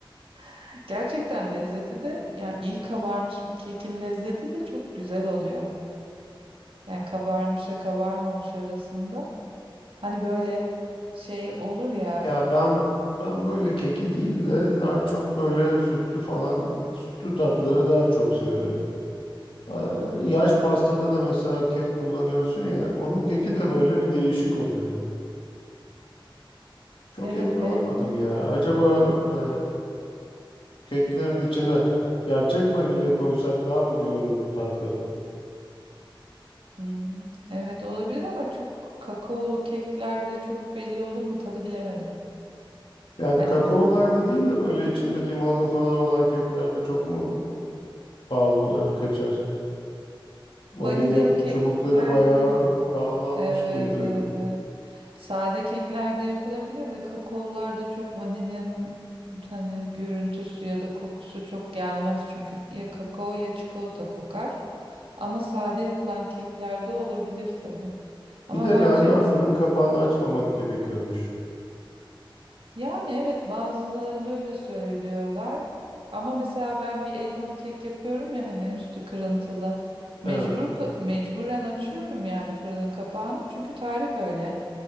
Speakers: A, on the right; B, on the left.
A: <laughs> gerçekten lezzeti de yani iyi kabarmış bir kekin lezzeti de çok güzel oluyor yani kabarmışla kabarmamış arasında hani böyle şey olur ya
B: Ya ben ben böyle keki değil de daha çok böyle sütlü falan sütlü tatları daha çok seviyorum. Ee, Yaş pastada da mesela kek kullanıyorsun ya onun keki de böyle bir değişik oluyor. Çok
A: Evet
B: emin olamadım
A: benim
B: ya. Acaba e, keklerin içine gerçek vanilya koysak daha mı güzel olur tatları?
A: hmm, evet olabilir ama çok kakaolu keklerde çok belli olur mu tadı bilemedim.
B: Yani
A: Hani
B: kakaolarda değil de böyle içinde limonlu falan olan keklerde çok mu pahalı e, kaçar? Vanilya
A: vanilyalı keklerde
B: çubukları bayağı pahalanmış
A: evet
B: diye duydum.
A: evet sade keklerde yapılabilir de kakaolularda çok vanilyanın hani görüntüsü ya da kokusu çok gelmez çünkü ya kakao ya çikolata kokar. Ama sade yapılan keklerde olabilir tabii. Ama
B: Bir de
A: bence
B: galiba fırın kapağını açmamak gerekiyormuş.
A: Yani evet bazılarında öyle söylüyorlar. Ama mesela ben bir elmalı kek yapıyorum ya hani üstü kırıntılı. Mecbur
B: Evet.
A: ka- mecburen açıyorum yani fırının kapağını. Çünkü tarif öyle.